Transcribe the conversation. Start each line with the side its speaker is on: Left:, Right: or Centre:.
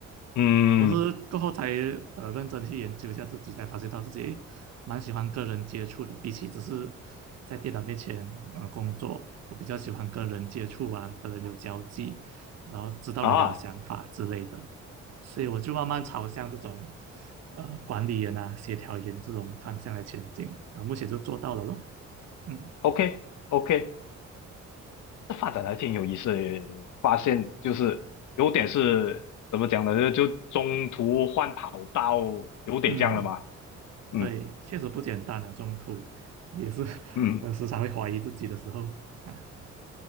Left: 嗯嗯
Right: 我是过后才呃认真去研究一下自己，才发现到自己诶蛮喜欢跟人接触的，比起只是在电脑面前呃工作，我比较喜欢跟人接触啊，跟人有交际，然后知道人家的想法之类的，
Left: 啊
Right: 所以我就慢慢朝向这种呃管理员啊、协调员这种方向来前进啊，目前就做到了咯。嗯
Left: ，OK OK，这发展还挺有意思的也发现就是有点是怎么讲呢，就就中途换跑道，有点这样了嘛，
Right: 嗯，
Left: 嗯
Right: 对，确实不简单啊，中途也是 <laughs>
Left: 嗯。
Right: 呃时常会怀疑自己的时候啊，